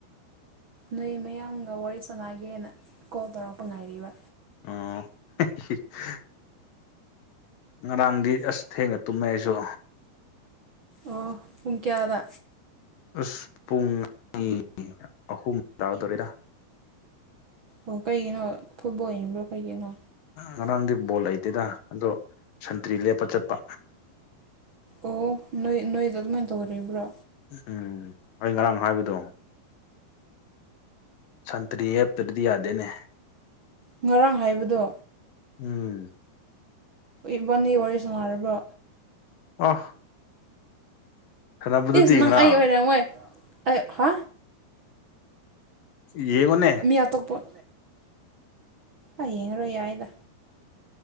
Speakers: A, on the right; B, on the left.
A: ꯅꯣꯏ ꯃꯌꯥꯡꯒ ꯋꯥꯔꯤ ꯁꯥꯟꯅꯒꯦꯅ ꯀꯣꯜ ꯇꯧꯔꯛꯄ ꯉꯥꯏꯔꯤꯕ
B: ꯑꯣ <unintelligible> ꯉꯔꯥꯡꯗꯤ ꯑꯁ ꯊꯦꯡꯏ ꯇꯨꯝꯃꯦ ꯑꯩꯁꯨ
A: ꯑꯣ ꯄꯨꯡ ꯀ꯭ꯌꯥꯗ
B: ꯑꯁ ꯄꯨꯡ ꯑꯅꯤ ꯑꯍꯨꯝ ꯇꯥꯒꯗꯧꯔꯦꯗ
A: ꯑꯣ ꯀꯩꯒꯤꯅꯣ ꯐꯨꯠꯕꯣꯜ ꯌꯦꯡꯕ꯭ꯔꯣ ꯀꯩꯒꯤꯅꯣ
B: ꯉꯔꯥꯡꯗꯤ ꯕꯣꯜ ꯂꯩꯇꯦꯗ ꯑꯗꯣ ꯁꯟꯇ꯭ꯔꯤ ꯂꯦꯞꯄ ꯆꯠꯄ
A: ꯑꯣ ꯅꯣꯏ ꯅꯣꯏꯗ ꯑꯗꯨꯃꯥꯏꯅ ꯇꯧꯔꯤꯕ꯭ꯔꯣ
B: ꯎꯝ ꯑꯩ ꯉꯔꯥꯡ ꯍꯥꯏꯕꯗꯣ ꯁꯟꯇꯔꯤ ꯌꯦꯞꯇꯕꯗꯤ ꯌꯥꯗꯦꯅꯦ
A: ꯉꯔꯥꯡ ꯍꯥꯏꯕꯗꯣ
B: ꯎꯝ
A: ꯏꯕꯥꯟꯅꯤ ꯋꯥꯔꯤ ꯁꯥꯅꯔꯕ꯭ꯔꯣ
B: ꯑꯣ ꯁꯥꯟꯅꯕꯗꯨꯗꯤ
A: ꯏꯁ ꯅꯪ
B: ꯉꯔꯥꯡ
A: ꯑꯩ ꯑꯣꯏꯔꯝꯃꯣꯏ ꯑꯩ ꯍꯥ
B: ꯌꯦꯡꯉꯣꯅꯦ
A: ꯌꯥꯇꯣꯛꯄ ꯑꯥ ꯌꯦꯡꯉꯔꯣꯏ ꯌꯥꯏꯌꯦꯗ